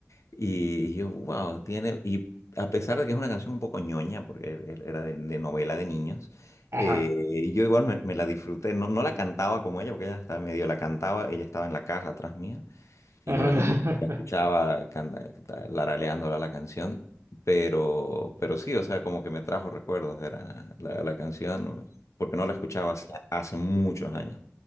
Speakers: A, on the left; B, on the right.
A: Y yo, wow, tiene. Y a pesar de que es una canción un poco ñoña, porque er- era de, de novela de niños,
B: Ajá.
A: eh, yo igual me, me la disfruté. No, no la cantaba como ella, porque ella estaba medio la cantaba, ella estaba en la caja atrás mía, y
B: Ajá.
A: yo la, escu- la escuchaba
B: <laughs>
A: canta- canta- laraleándola la canción. Pero, pero sí, o sea, como que me trajo recuerdos, era la, la canción, porque no la escuchaba hace, hace muchos años.